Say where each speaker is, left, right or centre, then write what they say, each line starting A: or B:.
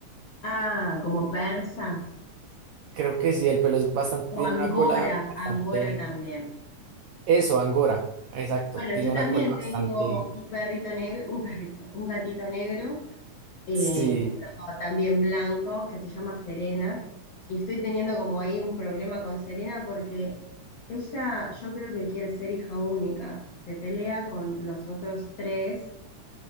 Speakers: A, on the left; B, on the right.
A: Ah, como persa
B: Creo que sí, el pelo es bastante,
A: o
B: tiene
A: angora,
B: una cola bastante,
A: angora también.
B: eso, Angora, exacto,
A: Bueno,
B: tiene
A: yo también
B: una cola bastante,
A: tengo un perrito negro, un perrito, un gatito negro eh,
B: sí,
A: uno también blanco que se llama Serena, y estoy teniendo como ahí un problema con Serena porque ella yo creo que quiere ser hija única, se pelea con los otros tres,